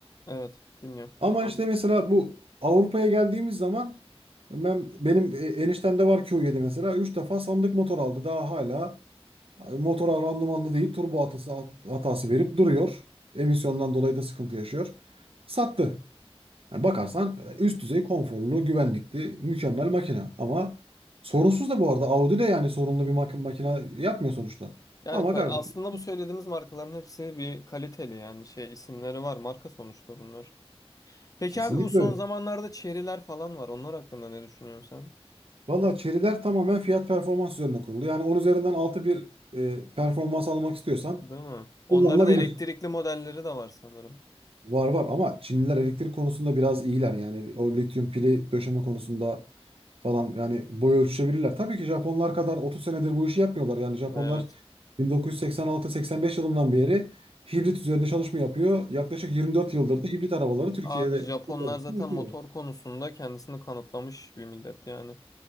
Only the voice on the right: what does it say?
ama işte mesela bu Avrupa'ya geldiğimiz zaman ben, benim e, eniştemde var q yedi mesela 3 defa sandık motor aldı daha hala Abi Motora randımanlı değil turbo hatası, hatası verip duruyor. Emisyondan dolayı da sıkıntı yaşıyor. Sattı. Yani bakarsan e, üst düzey konforlu, güvenlikli, mükemmel makine. Ama sorunsuz da bu arada Audi de yani sorunlu bir mak- makine yapmıyor sonuçta.
Ama
kardeşim
kesinlikle
öyle.
Valla Chery'ler tamamen fiyat performans üzerine kurulu. Yani 10 üzerinden 6 bir e, performans almak istiyorsan
kullanılabilir.
Var var ama Çinliler elektrik konusunda biraz iyiler. Yani o lityum pili döşeme konusunda falan yani boy ölçüşebilirler. Tabii ki Japonlar kadar 30 senedir bu işi yapmıyorlar. Yani Japonlar
1986-85 yılından beri hibrit üzerinde çalışma yapıyor. Yaklaşık 24 yıldır da hibrit arabaları Türkiye'de
Türkiye'de
yapıyor.